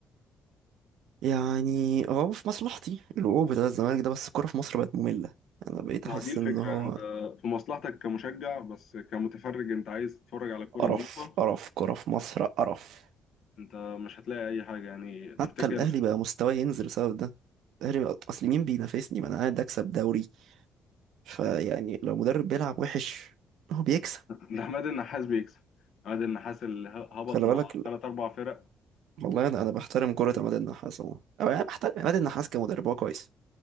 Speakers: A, on the right; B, on the left.
A: يعني هو في مصلحتي الوقوع بتاع الزمالك ده بس الكورة في مصر بقت مملة أنا بقيت
B: ما
A: أحس
B: دي الفكرة
A: إن هو
B: انت في مصلحتك كمشجع بس كمتفرج انت عايز تتفرج على كورة
A: قرف
B: نظيفة
A: قرف كورة في مصر قرف
B: انت مش هتلاقي اي حاجة يعني تفتكر
A: حتى الأهلي
B: <laughs>
A: بقى مستواه ينزل بسبب ده الأهلي بقى أصل مين بينافسني ما أنا قاعد أكسب دوري فيعني لو مدرب بيلعب وحش هو بيكسب
B: ده عماد النحاس بيكسب عماد النحاس اللي هبط
A: خلي
B: مع
A: بالك ال-
B: ثلاث اربع فرق
A: والله انا انا بحترم كرة عماد النحاس عموما او يعني بحترم عماد النحاس كمدرب هو كويس